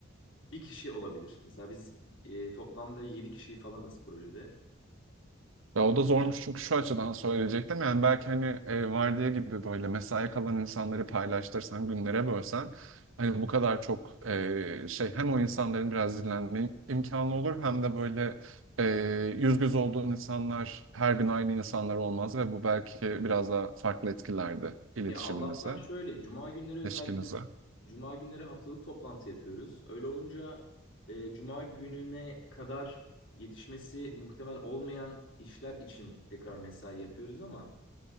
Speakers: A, on the left (about 70°); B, on the right (about 80°).
A: bir kişi olabilir. Mesela biz e, toplamda 7 kişi falanız projede.
B: Ya o da zormuş çünkü şu açıdan söyleyecektim. Yani belki hani e, vardiya gibi böyle mesai kalan insanları paylaştırsan, günlere bölsen hani bu kadar çok e, şey hem o insanların biraz dinlenme imkanı olur hem de böyle e, yüz göz olduğun insanlar her gün aynı insanlar olmaz ve bu belki biraz daha farklı etkilerdi iletişiminize,
A: Ya Allah'tan şöyle cuma günleri özellikle
B: ilişkinize.
A: cuma günleri haftalık toplantı yapıyoruz. Öyle olunca e, cuma gününe kadar yetişmesi muhtemel olmayan işler için tekrar mesai yapıyoruz ama